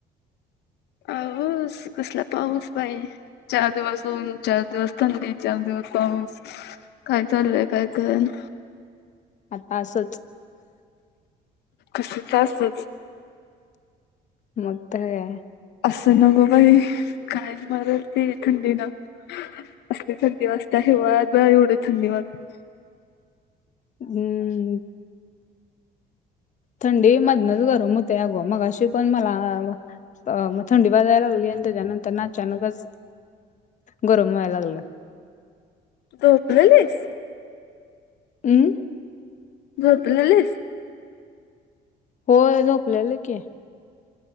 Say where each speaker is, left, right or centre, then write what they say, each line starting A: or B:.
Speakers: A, on the left; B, on the left.
A: हंस कसलां पाऊसं बाई चार दिवसं ऊंन चार दिवसं थंडी चार दिवसं पाऊसं कायं चालंय कायं कळनां
B: आंता असंच
A: कसं तरं असचं
B: मग तर ह
A: असं नगो बाई काय मरल ते थंडीन असली थंडी वाजते हिवाळ्यात पण एवढी थंडी वाजते
B: हम्म थंडी मधनच गरम होते अग मगाशी पण मला अ थंडी वाजायला लागली त्यानंतर अचानकच गरम व्हायला लागल
A: झोपलेलीस
B: हम्
A: झोपलेलीस
B: होय झोपलेलं की